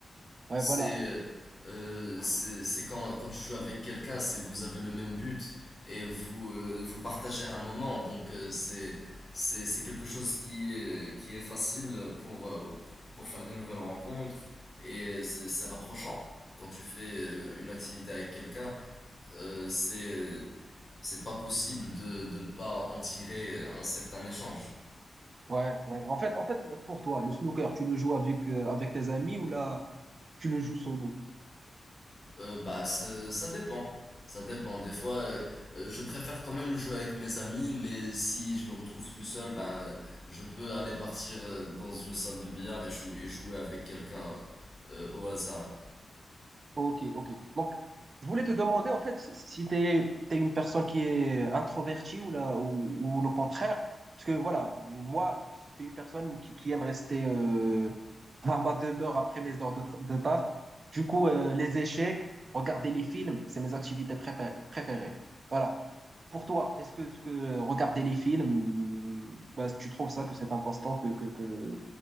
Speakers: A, on the right; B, on the left.
A: Ouais,
B: C'est
A: voilà.
B: euh, euh, c'est c'est quand, quand tu joues avec quelqu'un, c'est vous avez le même but et vous, euh, vous partagez un moment. Donc euh, c'est c'est c'est quelque chose qui est, qui est facile pour, euh, pour faire des nouvelles rencontres et c'est c'est rapprochant. Quand tu fais euh, une activité avec quelqu'un, euh, c'est euh, c'est pas possible de, de ne pas en tirer un certain échange.
A: Ouais, ouais. En fait, en fait, pour toi, le snooker, tu le joues avec, euh, avec tes amis ou là, tu le joues solo?
B: Euh, bah, ça ça dépend. Ça dépend. Des fois, euh, euh, je préfère quand même le jouer avec mes amis, mais si je me retrouve tout seul, ben, je peux aller partir euh, dans une salle de billard et jou- et jouer avec quelqu'un euh, au hasard.
A: Ok, ok. Donc, je voulais te demander, en fait, si, si si t'es, t'es une personne qui est introvertie ou là, ou, ou le contraire. Parce que voilà, moi, c'est une personne qui, qui aime rester euh, à ma demeure après mes heures de, tra- de taf. Du coup, euh, les échecs, regarder les films, c'est mes activités prépa- préférées. Voilà. Pour toi, est-ce que, que regarder les films, bah, tu trouves ça que c'est un passe-temps que, que, que,